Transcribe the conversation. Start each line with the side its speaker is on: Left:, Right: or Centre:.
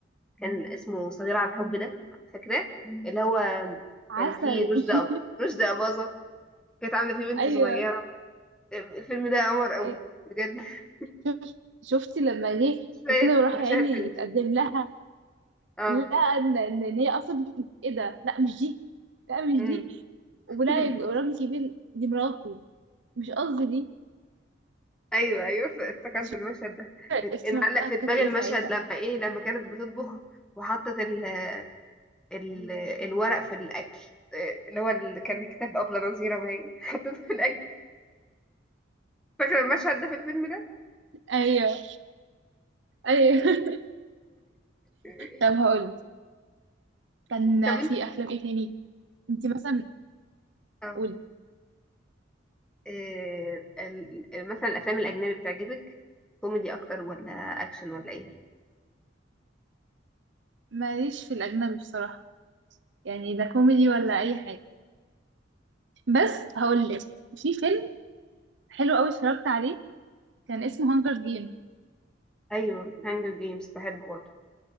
Centre: كان اسمه صغير على الحب ده فاكراه مم. اللي هو
Right: عسل
Centre: كان فيه
Right: <laughs>
Centre: رشدي أب... رشدي أباظة كانت عاملة فيه بنت
Right: أيوة
Centre: صغيرة الفيلم ده قمر قوي
Right: أي-
Centre: بجد <laughs>
Right: شف- شفتي لما جه
Centre: شوية
Right: وكده وراح
Centre: مشاهد
Right: يا عيني
Centre: حلوة
Right: يتقدم لها
Centre: اه
Right: لا إن إن إن هي أصلا إيه ده لا مش دي لا مش
Centre: امم
Right: دي ولا
Centre: <laughs>
Right: يبقى راجل كبير دي مراتي مش قصدي دي
Centre: ايوه ايوه افتكرت
Right: مش
Centre: المشهد ده
Right: فاكرة اسمها
Centre: المعلق في دماغي
Right: كانت إيه
Centre: المشهد
Right: ساعتها
Centre: لما ايه لما كانت بتطبخ وحطت ال ال الورق في الاكل إيه، اللي هو اللي كان كتاب ابله نظيره باين <laughs> حطيته في الاكل فاكره المشهد ده في الفيلم ده
Right: أيوه أيوه <laughs>
Centre: <laughs>
Right: طب هقولك كان
Centre: طب انت
Right: في أفلام إيه تاني أنت مثلا
Centre: اه
Right: قولي
Centre: آه، ال- مثلا الافلام الاجنبي بتعجبك كوميدي اكتر ولا اكشن ولا ايه
Right: ماليش في الأجنبي بصراحة يعني ده كوميدي ولا أي حاجة بس هقول لك في فيلم حلو قوي اتفرجت عليه كان اسمه هانجر جيم
Centre: ايوه هانجر جيمز بحبه برضه